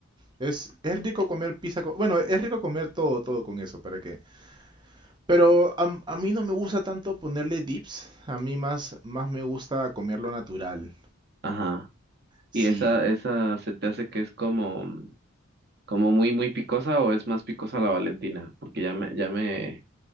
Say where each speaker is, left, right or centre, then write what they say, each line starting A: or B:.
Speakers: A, on the right (about 20°); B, on the right (about 50°).
A: es, es rico comer pizza, con- bueno, es rico comer todo, todo con eso, ¿para qué? Pero a, a mí no me gusta tanto ponerle dips, a mí más, más me gusta comerlo natural,
B: Ajá.
A: sí.
B: ¿Y esa, esa se te hace que es como, como muy, muy picosa o es más picosa la Valentina? Porque ya me, ya me,